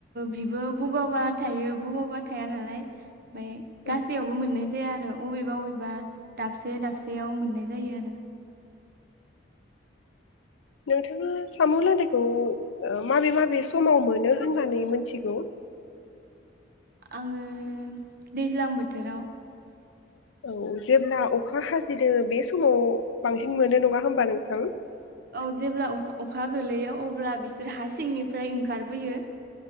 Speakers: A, on the right (about 50°); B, on the left (about 80°).
A: बिबो बबावबा थायो बबावबा थाया नालाय ओमफ्राय
B: औ
A: गासैयावबो मोननाय जाया आरो अबेबा अबेबा दाबसे दाबसेयाव मोननाय जायो आरो
B: नोंथाङा साम' लादायखौ ओ माबे माबे समाव मोनो होननानै मोनथिगौ
A: आङो दैज्लां बोथोराव
B: औ जेब्ला अखा अखा हाजेनो बे समाव बांसिन मोनो नङा होमबा नोंथां
A: औ जेब्ला अ अखा गोलैयो अब्ला बिसोर हा सिंनिफ्राय ओंखारबोयो